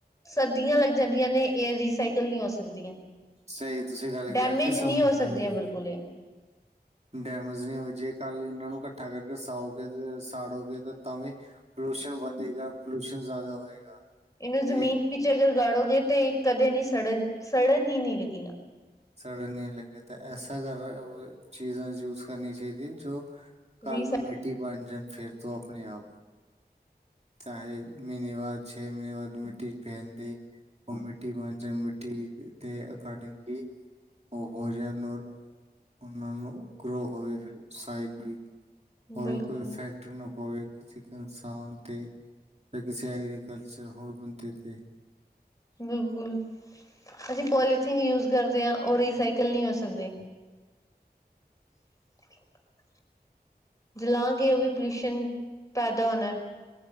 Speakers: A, on the left; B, on the right.
A: ਸਰਦੀਆਂ ਲੱਗ ਜਾਂਦੀਆਂ ਨੇ ਇਹ ਰੀਸਾਈਕਲ ਨਹੀਂ ਹੋ ਸਕਦੀਆਂ
B: ਸਹੀ ਤੁਸੀਂ ਗੱਲ ਕਿਹਾ
A: ਡੈਮੇਜ
B: ਕਿ ਸਾਨੂੰ
A: ਨਹੀਂ ਹੋ ਸਕਦੀਆਂ ਬਿਲਕੁਲ ਇਹ
B: ਡੈਮੇਜ ਨਹੀਂ ਹੋ ਜੇ ਕੱਲ ਇਹਨਾਂ ਨੂੰ ਇਕੱਠਾ ਕਰਕੇ ਸਾਓਗੇ ਸਾੜੋਗੇ ਤਾਂ-ਤਾਂ ਵੀ ਪੋਲਿਊਸ਼ਨ ਵੱਧੇਗਾ ਪੋਲਿਊਸ਼ਨ ਜ਼ਿਆਦਾ ਹੋਏਗਾ ਅਤੇ
A: ਇਹਨੂੰ ਜ਼ਮੀਨ ਵਿੱਚ ਅਗਰ ਗਾੜੋਗੇ ਤੇ ਕਦੇ ਨੀ ਸੜਨ-ਸੜਨ ਹੀ ਨੀ ਲੱਗੀਆਂ
B: ਸੜਨ ਨਹੀਂ ਲੱਗੇ ਤਾਂ ਐਸਾ ਕਰ ਚੀਜ਼ਾਂ ਯੂਸ ਕਰਨੀ ਚਾਹੀਦੀਆਂ ਜੋ ਕੱਲ
A: ਰੀਸਾਈਕਲ
B: ਨੂੰ ਮਿੱਟੀ ਬਣ ਜਾਣ ਫੇਰ ਤੋਂ ਆਪਣੇ ਆਪ ਚਾਹੇ ਮਹੀਨੇ ਬਾਅਦ ਛੇ ਮਹੀਨੇ ਬਾਅਦ ਮਿੱਟੀ ਚ ਪਹਿਨਦੇ ਉਹ ਮਿੱਟੀ ਬਣ ਜਾ ਮਿੱਟੀ ਦੇ ਅਕਡਿੰਗ ਹੀ ਉਹ ਭੋਜਨ ਨੂੰ ਉਹਨਾਂ ਨੂੰ ਗਰੋ ਹੋਵੇ ਫ ਸਾਈਲ ਵੀ ਔਰ
A: ਬਿਲਕੁਲ
B: ਕੋਈ ਈਫੈਕਟ ਨਾ ਪਵੇ ਕਿਸੇ ਇੱਕ ਇਨਸਾਨ ਤੇ ਫ ਕਿਸੇ ਐਗਰੀਕਲਚਰ ਹੋਰ ਬਣਦੇ ਤੇ
A: ਬਿਲਕੁਲ ਅਸੀਂ ਪੋਲੀਥੀਨ ਯੂਜ ਕਰਦੇ ਹਾਂ ਉਹ ਰੀਸਾਈਕਲ ਨਹੀਂ ਹੋ ਸਕਦੇ <inaudible> <unintelligible> ਜਲਾਂਗੇ ਉਹ ਵੀ ਪੋਲਿਊਸ਼ਨ ਪੈਦਾ ਹੋਣਾ